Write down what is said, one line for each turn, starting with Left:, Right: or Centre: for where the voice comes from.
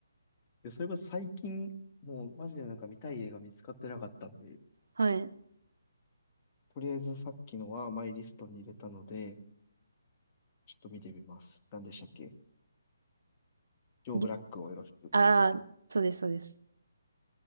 Left: で、それこそ最近、もうマジでなんか見たい映画見つかってなかったんで、
Right: はい。
Left: とりあえずさっきのはマイリストに入れたので、ちょっと見てみます。何でしたっけジョー・
Right: り
Left: ブラックをよろしく。
Right: ああ、そうです、そうです。